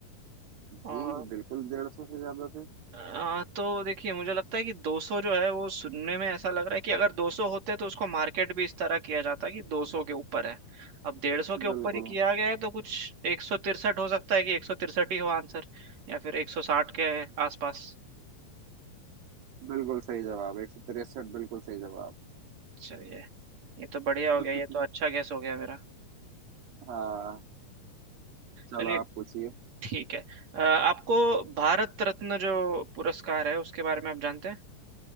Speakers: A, on the right; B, on the right.
A: और
B: जी बिल्कुल डेढ़ सौ से ज्यादा थे
A: आ, तो देखिए मुझे लगता है कि 200 जो है वो सुनने में ऐसा लग रहा है कि अगर 200 होते तो उसको मार्केट भी इस तरह किया जाता कि 200 के ऊपर है अब 150 के ऊपर
B: बिल्कुल
A: ही किया गया है तो कुछ 163 हो सकता है कि 163 ही हो आंसर या फिर 160 के आसपास
B: बिल्कुल सही जवाब एक सौ तिरसठ बिल्कुल सही जवाब
A: चलिए ये तो बढ़िया हो
B: <laughs>
A: गया ये तो अच्छा गैस हो गया मेरा
B: हाँ चलो
A: चलिए
B: आप पूछिए
A: ठीक है अ, आपको भारत रत्न जो पुरस्कार है उसके बारे में आप जानते